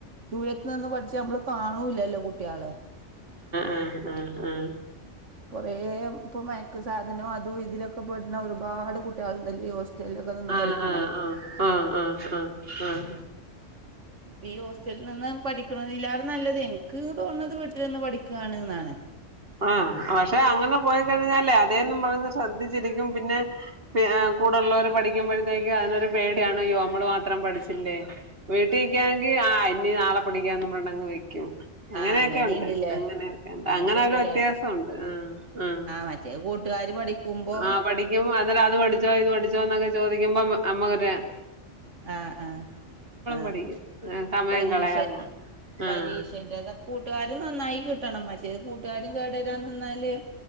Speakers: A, on the right; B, on the right.
A: ദൂരത്ത് നിന്ന് പഠിച്ചാ അമ്മള് കാണൂല്ലല്ലോ കുട്ട്യാളെ
B: ആഹ് ആഹ് ആഹ്
A: കൊറേ ഇപ്പൊ മയ യക്ക് സാധനോം അതും ഇതിലൊക്കെ പെടുന്ന ഒരുപാട് കുട്ടിയള്ണ്ടല്ലെയി ഹോസ്റ്റൽലൊക്കെ നിന്ന്
B: ആഹ്
A: പഠിക്കണേ
B: ആഹ് ആഹ് ആഹ് ആഹ് ആഹ് ആഹ്
A: ഈ ഹോസ്റ്റലിൽ നിന്ന് പഠിക്കണതെ നല്ലത് എനിക്ക് തോന്ന്ണത് വീട്ടിൽ നിന്ന് പഠിക്കയാണ്യെന്നാണ്
B: ആഹ് പക്ഷേ അങ്ങനെ പോയി കഴിഞ്ഞാലേ അതേന്നും പറഞ്ഞ് ശ്രദ്ധിച്ചിരിക്കും പിന്നെ പി ഏഹ് കൂടെള്ളവര് പഠിക്കുമ്പോഴത്തേക്ക് അതിനൊരു പേടിയാണ് യ്യോ അമ്മള് മാത്രം പഠിച്ചില്ലേ <unintelligible> ആഹ് ഇനീ നാളെ പടിക്കാ <unintelligible> ക്കും അങ്ങനെയൊക്കെ
A: ആഹ് അങ്ങനെയുണ്ടല്ലേ
B: ഉണ്ട് അങ്ങനെയൊക്കെ ഉണ്ട്
A: അങ്ങനെയുണ്ടല്ലേ
B: അങ്ങനൊരു വ്യത്യാസൊണ്ട് ആഹ് ആഹ്
A: മറ്റേ കൂട്ടുകാര് പഠിക്കുമ്പോ
B: ആഹ് പഠി ക്കും അന്നേരം അത് പഠിച്ചോ ഇത് പഠിച്ചോന്നൊക്കെ ചോദിക്കുമ്പോ അമ്മ അമ്മക്കൊര്
A: ആഹ് ആഹ് ആഹ്
B: പഠിക്കും സമയം
A: പരീഷ
B: കളയാതെ
A: പരീഷെ
B: ആഹ്
A: ഏത കൂട്ടുകാര് നന്നായി കിട്ടണം മറ്റേത് കൂട്ടുകാരും കേടരാന്നാല്